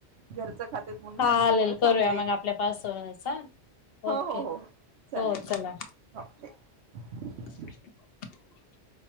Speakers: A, on the right (about 70°); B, on the left (about 60°).
A: घरचं खात्यात म्हणून
B: चालेल
A: ह्यांचे मुलं चांगलेत.
B: करूया मग आपल्या पासूनच हा
A: हो..
B: ओके
A: हो.. हो.. चालेल
B: हो चला
A: हो ठेव.
B: <inaudible>